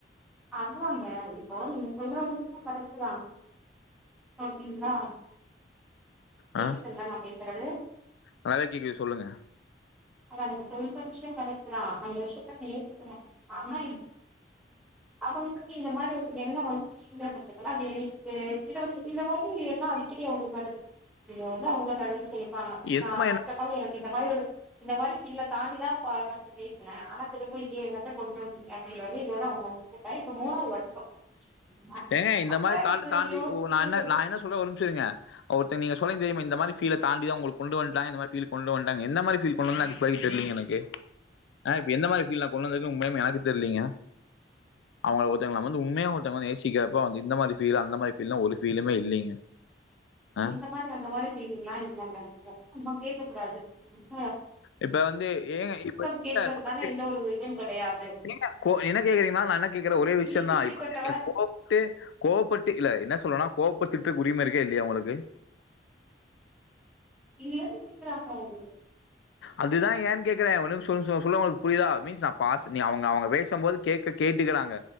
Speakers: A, in the centre; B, on the left.
A: அவ்வாங்க இப்போ நீங்க சொல்றதெல்லா கரெக்ட்டுதா சாப்டிங்களா கேக்குதுல்ல
B: ஆ
A: நா பேஸ் சுறது
B: நல்லாவே கேக்குது சொல்லுங்க
A: அதா நீங்க சொல்ற விஷ்யோ கரெகட்டுதா அந்த விஷ்யத்த நு ஏத்துக்குற ஆனா அவங்களுக்கு இந்த மாரி ஒரு எண்ணோ வந்துச்சுங்குற பட்சத்துல <unintelligible> எண்ணோ அடிக்கடி அவங்களுக்கு வருது <unintelligible> டா
B: என்னம்மா
A: நா ஃபஸ்ட்
B: என்ன
A: அப் ஆல் எனக்கு இந்த மாரி ஒரு இந்த மாரி கஃபீல தாண்டிதா பா ஃபஸ்ட்டு பேசுன ஆனா திரும்ப இதே என்னத்த கொண்டு வன்ட்டீங்க அப்டிங்குற மாரி இதோட அவங்க உங்கிட்ட இப்ப மூணாவது வாட்டி <unintelligible> சரிங்களா
B: ஏங்க இந்த
A: அப்ப
B: மாரி தாண்ட
A: இது
B: தாண்டி
A: யோசிச்சு
B: ஓ நா என்ன நா என்ன சொல்ல ஒரு நிம்ஷோ இருங்க அவர் த்து நீங்க சொன்னீங்க தெரியுமா இந்த மாரி ஃபீல தாண்டிதா உங்களுக்கு கொண்டு வன்ட்டாங்க இந்த மாரி ஃபீலுக்கு கொண்டு வன்ட்டாங்க என்ன மாரி ஃபீல் பதில் தெரிலங்க எனக்கு ஆ இப்ப எந்த மாரி ஃபீல் கொண்டு வந்து இருக்குன் உண்மையாலுமே எனக்கு தெரிலிங்க அவுங்கள ஒருத்தவங்கல நா வந்து உண்மையா ஒருத் ஒருத்தவங்க நேசிக்கிறப்ப வந்து இந்த மாரி ஃபீல்லு அந்த மாரி ஃபீல்லா ஒரு ஃபீலுமே இல்லீங்க
A: எ
B: ஆ
A: இந்த மாரி அந்த மாரி ஃபீல்லா இல்லங்க <unintelligible> கேக்க கூடாது ம்
B: இப்ப வந்து ஏங்க இப்ப
A: அது கேட்கறதுக்கான
B: கே
A: எந்த
B: <inaudible>
A: ஒரு இதுவும் கெடையாது.
B: நீங்க என்ன கேக்குறீங்கன்னா நா என்ன கேக்குற ஒரே விஷ்யந்தா
A: நீ இப்படிப்பட்டவ
B: இப்ப நீங்க கோவப்பட்டு கோவப்பட்டு இல்ல என்ன சொல்றனா கோவப்பத்துட்டுக்கு உரிம இருக்கா இல்லையா உங்களுக்கு
A: இல்ல <inaudible>
B: அதுதா ஏன் கேக்குற <unintelligible> சொன்னா உங்களுக்கு புரியுதா மீன்ஸ் நா பாஸ் நீ அவங்க அவங்க பேசும்போது கேக்க கேட்டிக்கிறாங்க